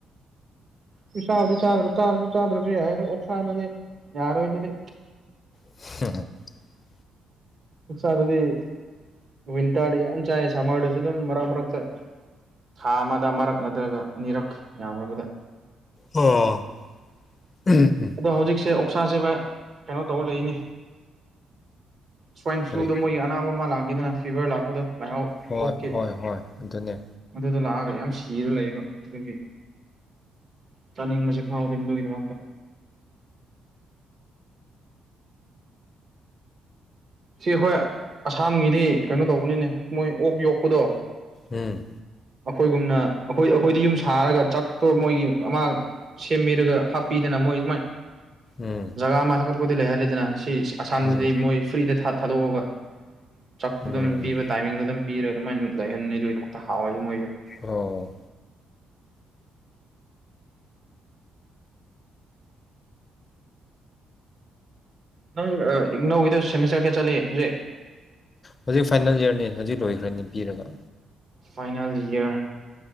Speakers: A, on the right; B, on the left.
A: ꯍꯨꯢꯁꯥꯗꯨꯗꯤ ꯆꯥꯔꯁꯨ ꯆꯥꯗ꯭ꯔꯁꯨ ꯌꯥꯏꯗ ꯑꯣꯛꯁꯥꯗꯨꯗꯤ ꯌꯥꯔꯣꯏꯗꯨꯗꯤ
B: <unintelligible>
A: ꯑꯣꯛꯁꯥꯗꯨꯗꯤ ꯋꯤꯟꯇꯔꯗ ꯌꯥꯝ ꯆꯥꯏ ꯁꯝꯃꯔꯗꯁꯨ ꯑꯗꯨꯝ ꯃꯔꯛ ꯃꯔꯛꯇ ꯊꯥ ꯑꯃꯗ ꯑꯃꯔꯛ ꯅꯠꯇ꯭ꯔꯒ ꯑꯅꯤꯔꯛ ꯌꯥꯝꯔꯥꯕꯗ
B: ꯑꯣ ꯎꯝ ꯎꯝ
A: ꯑꯗꯣ ꯍꯧꯖꯤꯛꯁꯦ ꯑꯣꯛꯁꯥꯁꯦ ꯚꯥꯏ ꯀꯩꯅꯣ ꯇꯧꯔ ꯂꯩꯅꯦ ꯁ꯭ꯋꯥꯏꯟ ꯐ꯭ꯂꯨꯗꯣ
B: ꯀꯔꯤ
A: ꯃꯣꯏꯒꯤ ꯑꯅꯥꯕ ꯑꯃ ꯂꯥꯡ ꯒꯤꯗꯅ ꯐꯤꯚꯔ ꯂꯥꯛꯄꯗꯣ ꯂꯥꯏꯍꯧ
B: ꯍꯣꯏ
A: ꯑꯣꯛꯀꯤ
B: ꯍꯣꯏ ꯍꯣꯏ ꯑꯗꯨꯅꯦ
A: ꯃꯗꯨꯗꯣ ꯂꯥꯛꯑꯒ ꯌꯥꯝ ꯁꯤꯔ ꯂꯩꯌꯦꯕ ꯑꯗꯨꯒꯤ ꯆꯥꯅꯤꯡꯕꯁꯦ ꯐꯥꯎꯗꯦ ꯃꯗꯨꯒꯤꯗꯃꯛꯇ ꯁꯤ ꯑꯩꯈꯣꯏ ꯑꯁꯥꯝꯒꯤꯗꯤ ꯀꯩꯅꯣ ꯇꯧꯕꯅꯤꯅꯦ ꯃꯣꯏ ꯑꯣꯛ ꯌꯣꯛꯄꯗꯣ
B: ꯎꯝ
A: ꯑꯩꯈꯣꯏꯒꯨꯝꯅ ꯑꯩꯈꯣꯏ ꯑꯩꯈꯣꯏꯗ ꯌꯨꯝ ꯁꯥꯔꯒ ꯆꯥꯛꯇꯣ ꯃꯣꯏꯒꯤ ꯑꯃꯥꯡ ꯁꯦꯝꯕꯤꯔꯒ ꯍꯥꯞꯄꯤꯗꯅ ꯃꯣꯢꯗꯤ ꯁꯨꯃꯥꯢ
B: ꯎꯝ
A: ꯖꯒꯥ <unintelligible> ꯇꯨꯗꯤ ꯂꯩꯍꯜꯂꯦꯗꯅ ꯁꯤ ꯑꯁꯥꯝꯗꯗꯤ
B: ꯎꯝ
A: ꯃꯣꯏ ꯐ꯭ꯔꯤꯗ ꯊꯥ ꯊꯥꯗꯣꯛꯑꯒ ꯆꯥꯛ ꯑꯗꯨꯝ
B: ꯎꯝ
A: ꯄꯤꯕ ꯇꯥꯏꯃꯤꯡꯗ ꯑꯗꯨꯝ ꯄꯤꯔꯥ ꯑꯗꯨꯃꯥꯏꯅ ꯂꯩꯍꯟꯅꯤ ꯑꯗꯨꯒꯤꯗꯃꯛꯇ ꯍꯥꯎꯋꯦꯕ ꯃꯣꯏꯗꯣ
B: ꯑꯣ
A: ꯅꯪ ꯢꯛꯅꯧꯒꯤꯗ ꯁꯦꯝꯃꯤꯁꯇꯔ ꯀꯌꯥ ꯆꯠꯂꯤ ꯍꯧꯖꯤꯛ
B: ꯍꯧꯖꯤꯛ ꯐꯥꯏꯅꯦꯜ ꯢꯌꯔꯅꯦ ꯍꯧꯖꯤꯛ ꯂꯣꯏꯒ꯭ꯔꯅꯤ ꯄꯤꯔꯒ
A: ꯐꯥꯏꯅꯦꯜ ꯏꯔ